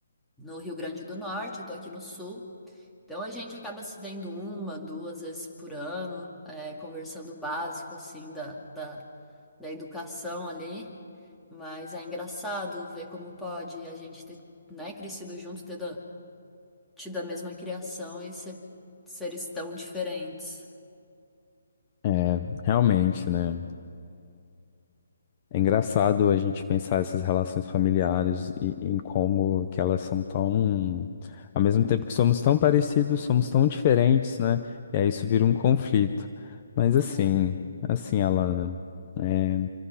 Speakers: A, in the centre; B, on the left.
A: no Rio Grande do Norte, eu tô aqui no Sul. Então a gente acaba se vendo uma, duas vezes por ano, é, conversando o básico, assim, da, da, da educação ali. Mas é engraçado ver como pode a gente ter, né, crescido junto, ter tido a mesma criação e ser, seres tão diferentes.
B: É, realmente, né? É engraçado a gente pensar essas relações familiares e, e em como que elas são tão, ao mesmo tempo que somos tão parecidos, somos tão diferentes, né? E aí isso vira um conflito. Mas assim,
A: É.
B: assim, Alana, é